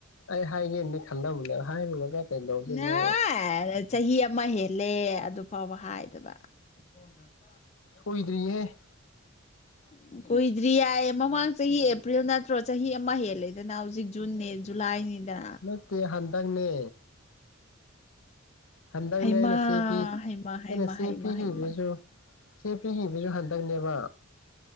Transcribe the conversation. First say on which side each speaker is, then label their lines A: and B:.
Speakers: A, on the left (about 75°); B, on the left (about 30°).
A: ꯑꯩ ꯍꯥꯏꯒꯦꯟꯗꯤ ꯈꯜꯂꯝꯕꯅꯦꯕ ꯍꯥꯏꯔꯨꯔꯒ ꯀꯩꯗꯧꯗꯣꯏꯅꯣ
B: ꯅꯥ ꯆꯍꯤ ꯑꯃ ꯍꯦꯜꯂꯦ ꯑꯗꯨꯐꯥꯎꯕ ꯍꯥꯏꯗꯕ <unintelligible>
A: ꯀꯨꯏꯗ꯭ꯔꯤꯍꯦ
B: <inaudible> ꯀꯨꯏꯗ꯭ꯔꯤ ꯌꯥꯏ ꯌꯦ ꯃꯃꯥꯡ ꯆꯍꯤ ꯑꯦꯄ꯭ꯔꯤꯜ ꯅꯠꯇ꯭ꯔꯣ ꯆꯍꯤ ꯑꯃ ꯍꯦꯜꯂꯦꯗꯅ ꯍꯧꯖꯤꯛ ꯖꯨꯟꯅꯦ ꯖꯨꯂꯥꯏꯅꯦꯗ
A: ꯅꯠꯇꯦ ꯍꯟꯗꯛꯅꯦ ꯍꯟꯗꯛꯅꯦ
B: ꯍꯩꯃꯥ
A: ꯑꯩꯅ ꯆꯦ ꯄꯤ
B: ꯍꯩꯃꯥ
A: ꯑꯩꯅ
B: ꯍꯩꯃꯥ
A: ꯆꯦ
B: ꯍꯩꯃꯥ
A: ꯄꯤꯈꯤꯕꯁꯨ
B: ꯍꯩꯃꯥ
A: ꯆꯦ ꯄꯤꯒꯤꯕꯖꯨ ꯍꯟꯗꯛꯅꯦꯕ